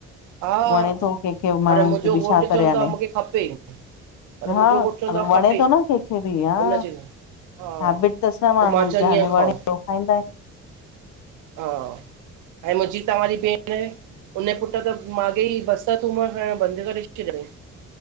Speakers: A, on the right (about 80°); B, on the left (about 70°).
A: हा
B: वणे थो, केख़े
A: पर
B: माणूंन
A: मुंहिंजो
B: खे बि
A: घोटु
B: छा
A: चवंदो
B: करे हाड़े।
A: आहे मूंखे खपे पर मुंहिंजो
B: हा
A: घोटु चवंदो आहे
B: वणे
A: खपे
B: थो न केख़े बि हा!
A: उनजे हा
B: हेबिट तस न
A: पोइ
B: माणूं
A: मां चवंदी
B: खे, हाणे
A: आहियां खाओ
B: वणे तो खाईंदायेन।
A: हा! ऐं मुहिंजी त वरी भेण हुनये पुट त मागे ई बसर, थूम खायण बंद करे छॾयां तई।